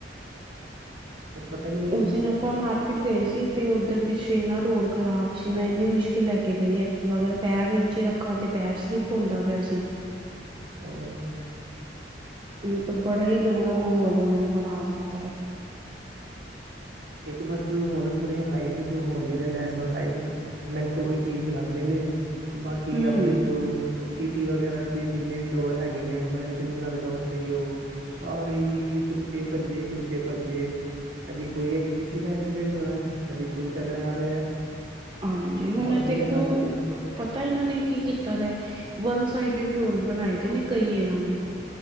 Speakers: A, on the right; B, on the right.
A: ਪਤਾ ਈ
B: ਉਸ ਦਿਨ ਆਪਾਂ ਮਾਰ ਕੀਟ ਗਏ ਸੀ। ਤੇ ਓਧਰ ਪਿੱਛੇ ਇੰਨਾ ਰੋਡ ਖ਼ਰਾਬ ਸੀ ਮੈਂ ਇੰਨੀ ਮੁਸ਼ਕਿਲ ਲੈ ਕੇ ਗਈ ਐ। ਕੀ ਅਗਰ ਪੈਰ ਨੀਚੇ ਰਖਾਂ ਤੇ ਪੈਰ ਸਲਿਪ ਹੁੰਦਾ ਪਿਆ ਸੀ।
A: ਹੋਰ
B: ਹੁਨ ਤੇ ਬੜਾ ਈ ਗੰਦਾ ਮਹੌਲ ਏਹਨਾਂ ਨੇ ਬਣਾ ਦਿੱਤਾ ਐ।
A: ਇੱਕ ਬਸ ਹੁਨ ਥੋੜ੍ਹੇ ਹਾਈਵੇ ਜੋ ਹੁੰਦੇ ਨੇ ਨੈਸ਼ਨਲ ਹਾਈਵੇ ਮੈਨ ਤੇ ਓਹ ਈ ਠੀਕ ਲੱਗਦੇ ਨੇ, ਬਾਕੀ
B: ਹੂੰ
A: ਆਪਨੇ ਜੋ ਸਿਟੀ ਵਗੈਰਾ 'ਚ ਜਿੰਨੇ ਵੀ ਰੋਡ ਹੈਗੇ ਨੇ ਮੈਨ ਤੇ ਨਈ ਲੱਗਦਾ ਓਹ ਸਹੀ ਓ ਸਾਰੇ ਈ ਟੁੱਟੇ-ਪਜੇ, ਟੁੱਟੇ-ਪਜੇ ਕਦੀ ਕੋਈ ਐਕ ਕਿਸੀ ਦਾ ਐਕਸੀਡੈਂਟ ਹੋ ਰਾ ਐ ਕਦੀ ਕੋਈ ਟਕਰਾ ਰਿਆ ਹੈ।
B: ਹਾਂਜੀ।
A: ਬਹੁਤ
B: ਹੁਨ ਐ ਦੇਖੋ
A: ਬੁਰੇ ਹਾਲਤ ਹੈ
B: ਪਤਾ ਏਹਨਾਂ ਨੇ ਕੀ ਕੀਤਾ ਦਾ ਵਨ ਸਾਈਡਡ ਰੋਡ ਬਣਾਏ ਦੇ ਨੇ ਕਈ ਏਹਨਾਂ ਨੇ।